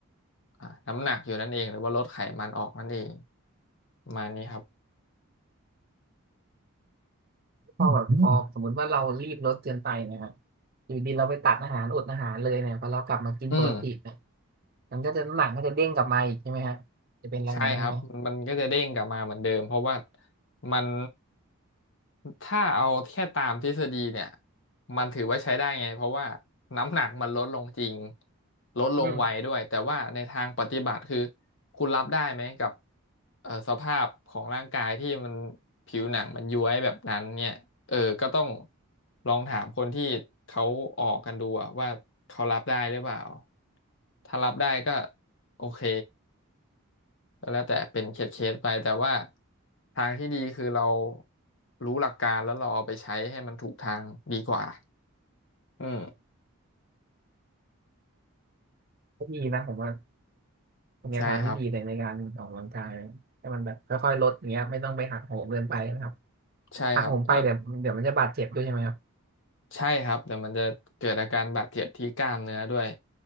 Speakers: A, on the left; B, on the right.
A: อ่าน้ำหนักอยู่นั่นเองหรือว่าลดไขมันออกนั่นเองประมาณนี้ครับ
B: พอแบบพอสมมุติว่าเรารีบลดเกินไปเนะครับอยู่ดีเราไปตัดอาหารอดอาหารเลยเนี่ยพอเรากลับมากินปกติเนี่ย
A: อืม
B: มันก็จะน้ำหนักก็จะเด้งกลับมาอีกใช่ไหมฮะจะเป็นอย่างนั้นใช่ไหม
A: ใช่ครับมันมันก็จะเด้งกลับมาเหมือนเดิมเพราะว่ามันถ้าเอาแค่ตามทฤษฎีเนี่ยมันถือว่าใช้ได้ไงเพราะว่าน้ำหนักมันลดลงจริงลดลงไวด้วยแต่ว่าในทางปฏิบัติคือ
B: อืม
A: คุณรับได้ไหมกับเอ่อสภาพของร่างกายที่มันผิวหนังมันย้วยแบบนั้นเนี่ยเออก็ต้องลองถามคนที่เขาออกกันดูอะว่าเขารับได้หรือเปล่าถ้ารับได้ก็โอเค ก็แล้วแต่เป็นเคสเคสไปแต่ว่าทางที่ดีคือเรารู้หลักการแล้วเราเอาไปใช้ให้มันถูกทางดีกว่าอืม
B: ก็ดีนะผมว่า เป็นแนวทางที่ดีเลยในการออกกำลังกายให้มันแบบค่อยๆลดอย่างเงี้ยไม่ต้องไปหักโหมเกินไปนะครับ
A: ใช่ครับใช่ครับถ้า
B: หักโหมไปเดี๋ยวเดี๋ยวมันจะบาดเจ็บด้วยใช่ไหมครับ
A: ใช่ครับเดี๋ยวมันจะเกิดอาการบาดเจ็บที่กล้ามเนื้อด้วย